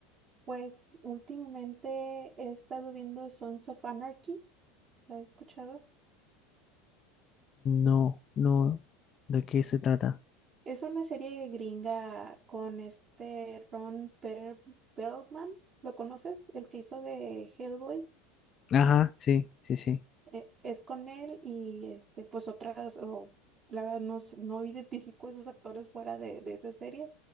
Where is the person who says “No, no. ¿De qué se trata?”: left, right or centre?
Left